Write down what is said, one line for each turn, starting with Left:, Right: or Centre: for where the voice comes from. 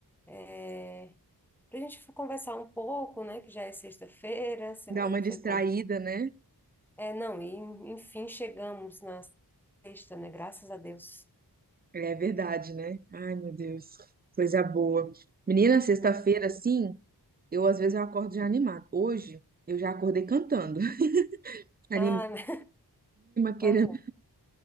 Centre: É, para a gente conversar um pouco, né? Que já é sexta-feira,
Right: <laughs>
Centre: a semana
Right: dá uma distraída,
Centre: foi curta.
Right: né?
Centre: É, não, e enfim, chegamos na sexta, né? Graças a Deus.
Right: É verdade, né? Ai, meu Deus, coisa boa. Menina, sexta-feira,
Centre: Hum?
Right: assim, eu às vezes eu acordo já animada. Hoje eu já acordei cantando, <laughs> anima,
Centre: Ah, né?
Right: querendo,
Centre: <laughs> Aham.